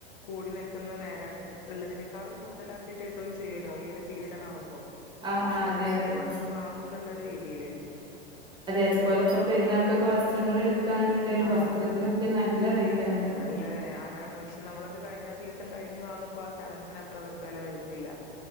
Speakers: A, on the left; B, on the right.
A: കൂടി നിൽക്കുന്ന നേരാണ് ഉള്ളതിനേക്കാളും കൂടുതലാക്കിയിട്ട് ഇടും ചെയ്യല്ലോ ഈ ഒരു സീസണാകുമ്പോ
B: ആഹ് ആഹ്
A: എങ്ങനെയ
B: അതെ
A: ആ യാലും
B: അതെ
A: ആളുകൾ വാങ്ങും ന്നുള്ള രീതിയിലേ
B: അതെ അതുപോലെ ഇപ്പോ പെരുന്നാൾക്കൊക്കെ വസ്ത്രങ്ങൾ എടു കാണ്ന്ന്ണ്ടേലും
A: ആ
B: വസ്ത്രത്തിനൊക്കെ നല്ല റേറ്റ് ആണല്ലോ
A: നല്ല
B: ഇപ്പൊ
A: വെലാണ് അതാണ് പക്ഷെ നമ്മളത് കഴിഞ്ഞ ആ സീസൺ കഴിഞ് വാങ്ങുമ്പോ ആ സാധനത്തിന് അത്ര വില വര ന്നില്ല